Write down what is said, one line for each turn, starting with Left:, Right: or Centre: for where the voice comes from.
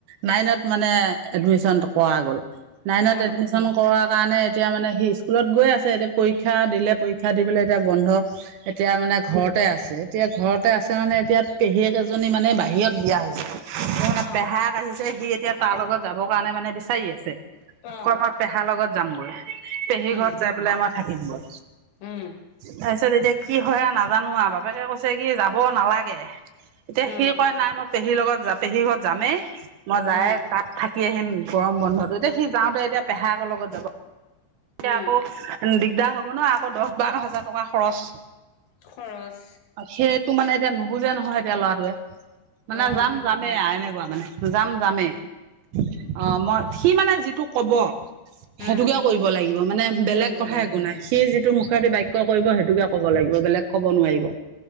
Right: নাইনত মানে এডমিশ্যন টো কৰা গ'ল। নাইনত
Left: অ
Right: এডমিশ্যন কৰাৰ কাৰণে- এতিয়া মানে সি স্কুলত গৈ আছে এতিয়া পৰীক্ষা দিলে পৰীক্ষা দি পেলাই এতিয়া বন্ধ। এতিয়া মানে ঘৰতে আছে এতিয়া ঘৰতে আছে মানে এতিয়া- পেহীয়েক এজনী মানে বাহিৰত দিয়া হৈছে
Left: অ অ
Right: পেহাক আহিছে সি- এতিয়া তাৰ লগত যাবৰ কাৰণে মানে বিচাৰি আছে
Left: অ
Right: কয় পেহাৰ লগত যামগৈ। পেহীৰ
Left: উম
Right: ঘৰত যাই পেলাই আমাৰ থাকিম গৈ।
Left: উম
Right: তাৰপিছত এতিয়া- কি হয় আৰু নাজানো আৰু বাপেকে কৈছে কি যাব নালাগে। এতিয়া
Left: অ
Right: সি কয় নাই মই- পেহীৰ লগত যামেই পেহীৰ ঘৰত যামেই মই যায়-
Left: উম
Right: থাকি আহিম গৰম বন্ধটো এতিয়া সি যাওঁতে এতিয়া পেহাইকৰ লগত যাব। এতিয়া
Left: উম
Right: আকৌ দিগদাৰ হ'ব ন আকৌ দহ বাৰ হাজাৰ টকা খৰচ।
Left: খৰচ।
Right: সেইটো মানে এতিয়া নুবুজে নহয় এতিয়া ল'ৰাটোৱে। মানে
Left: অ
Right: যাম যামেই আ এনেকুৱা মানে যাম যামেই। অ মই সি মানে যিটো কব সেইটোকে
Left: উম
Right: কৰিব লাগিব মানে বেলেগ
Left: কৰিব
Right: কথাই
Left: লাগিব
Right: একো নাই সি যিটোখ <unintelligible> কৰিব সেইটোকে ক'ব লাগিব বেলেগ ক'ব' নোৱাৰিব